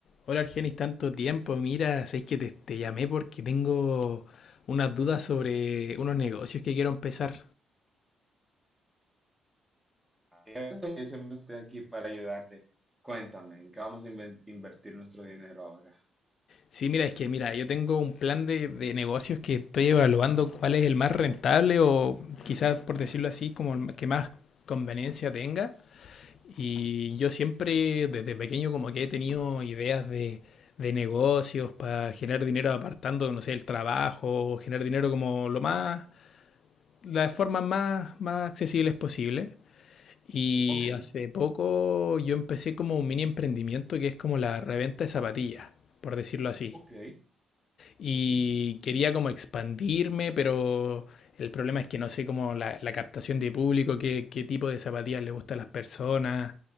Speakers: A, on the left; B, in the centre.
A: Hola Argenis, tanto tiempo. Mira, sabéis que te, te llamé porque tengo unas dudas sobre unos negocios que quiero empezar.
B: Yo siempre estoy aquí para ayudarte. Cuéntame, ¿en qué vamos a inven- invertir nuestro dinero ahora?
A: Sí, mira, es que mira, yo tengo un plan de, de negocios que estoy evaluando cuál es el más rentable o quizás por decirlo así, como el que más conveniencia tenga. Y yo siempre desde pequeño como que he tenido ideas de, de negocios para generar dinero apartando, no sé, el trabajo, generar dinero como lo más, las formas más, más accesibles posibles. Y
B: Ok,
A: hace poco yo empecé como un mini emprendimiento que es como la reventa de zapatillas, por decirlo así.
B: ok,
A: Y
B: ok.
A: quería como expandirme, pero el problema es que no sé cómo la, la captación de público, qué, qué tipo de zapatillas le gustan a las personas,